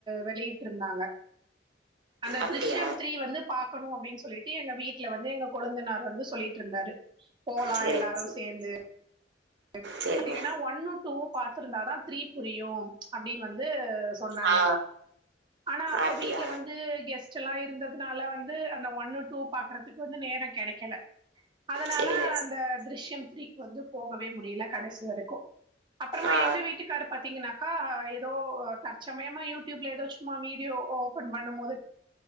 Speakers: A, on the right; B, on the right.
A: வெளியிட்ருந்தாங்க அந்த
B: அப்டியா
A: த்ரிஷ்யம் த்ரீ வந்து பாக்கணு அப்டின்னு சொல்லிட்டு எங்க வீட்டுல வந்து எங்க கொழுந்தனாரு வந்து சொல்லீட்ருந்தாரு போலா
B: சேரிங்க
A: எல்லாரு சேந்து <inaudible>
B: சேரிங்க
A: பாத்திங்கன்னா ஒன்னு டூ வு பாத்திருந்தா தா த்ரீ புரியு அப்டின்னு வந்து சொன்னாங்க
B: ஆ
A: ஆனா அப்ப
B: அப்டியா
A: வீட்டுல வந்து கெஸ்ட் எல்லா இருந்ததுனால வந்து அந்த ஒன்னு டூ பாக்கறதுக்கு வந்து நேரங் கெடைக்கல அதனால
B: சேரிங்க
A: அந்த த்ருஷ்யம் த்ரிக்கு வந்து போக வே முடில கடைசி வரைக்கு அப்பறமா
B: ஆ
A: எங்க வீட்டுக்காரு பாத்தீங்கன்னாக்கா எதோ தற்சமயமா யூ டியூப்ல எதோ சும்மா வீடியோ ஓபன் பண்ணும் போது